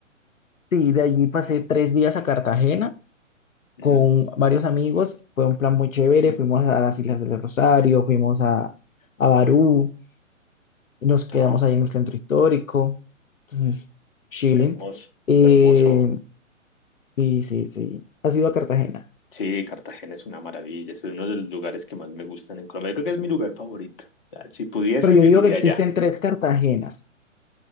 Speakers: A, on the left; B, on the left.
A: sí, de allí pasé tres días a Cartagena
B: Mm,
A: con varios amigos. Fue un plan muy chévere. Fuimos a las Islas del Rosario, fuimos a, a Barú, y nos quedamos
B: no,
A: ahí en el centro histórico. Entonces, chilling.
B: hermoso,
A: Eh,
B: hermoso.
A: sí, sí, sí. Ha sido a Cartagena.
B: Sí, Cartagena es una maravilla. Es uno de los lugares que más me gustan en Colombia. Yo creo que es mi lugar favorito. O sea, Si pudiese,
A: Pero yo
B: viviría
A: digo que existen
B: allá.
A: tres Cartagenas.